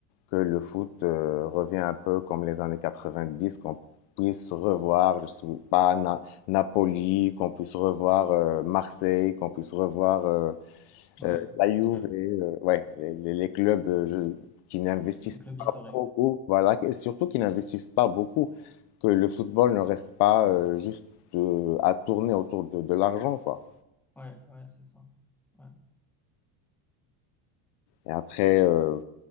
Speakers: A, on the left; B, in the centre.
A: que le foot euh, revient un peu comme les années 90 qu'on puisse revoir, je ne sais pas, Na- Napoli, qu'on puisse revoir euh, Marseille, qu'on puisse revoir euh,
B: ouais,
A: euh, la Juve,
B: ouais.
A: euh, ouais, les, les- les clubs euh, je- qui n'investissent
B: Le club historique.
A: pas beaucoup, voilà, et surtout qui n'investissent pas beaucoup, que le football ne reste pas euh, juste euh, à tourner autour de, de l'argent, quoi.
B: Ouais, ouais, c'est ça. Ouais,
A: Et après, euh,